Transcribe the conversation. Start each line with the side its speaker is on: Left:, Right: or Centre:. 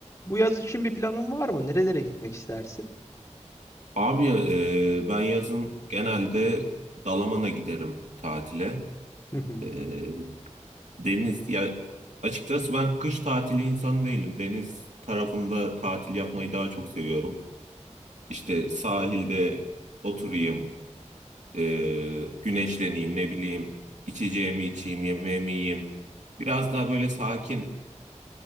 Left: Bu yaz için bir planın var mı? Nerelere gitmek istersin?
Right: Abi e, ben yazın genelde Dalaman'a giderim tatile.
Left: Hı hı.
Right: E, deniz ya açıkçası ben kış tatili insan değilim. Deniz tarafında tatil yapmayı daha çok seviyorum. İşte sahilde oturayım, e, güneşleneyim, ne bileyim, içeceğimi içeyim, yemeğimi yiyeyim. Biraz daha böyle sakin